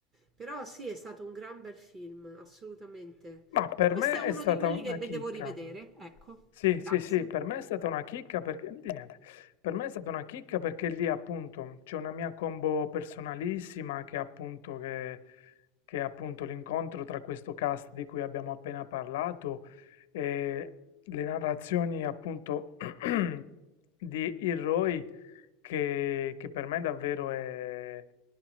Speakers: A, on the right; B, on the left.
A: Però sì, è stato un gran bel film, assolutamente.
B: Ma per
A: Questo
B: me
A: è uno
B: è stata
A: di quelli
B: una
A: che
B: chicca.
A: devo rivedere. Ecco,
B: Sì,
A: grazie.
B: sì, sì, per me è stata una chicca perché, di niente, per me è stata una chicca perché lì appunto c'è una mia combo personalissima che è appunto, che, che è appunto l'incontro tra questo cast di cui abbiamo appena parlato e le narrazioni appunto <clears throat> di Hiroi che, che per me davvero è,